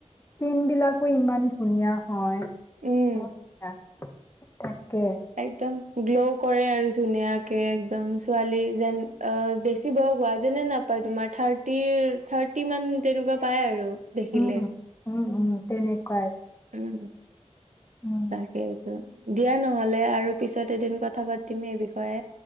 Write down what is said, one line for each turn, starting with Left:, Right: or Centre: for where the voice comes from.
Left: তিন বিলাকো ইমান ধুনীয়া হয়,
Right: উম
Left: <unintelligible> তাকে।
Right: একদম গ্ল' কৰে আৰু ধুনীয়াকে একদম ছোৱালী যেন অ বেছ শিৱ হোৱা যেনে নাপায় তোমাৰ থাৰ্টিৰ থাৰ্টি মান তেনেকুৱা পায় আৰু। দেখিলে
Left: উম, উম উম তেনেকুৱাই।
Right: উম
Left: উম।
Right: তাকেতো। দিয়া নহলে আৰু পিছত এদিন কথা পাতিম এই বিষয়ে।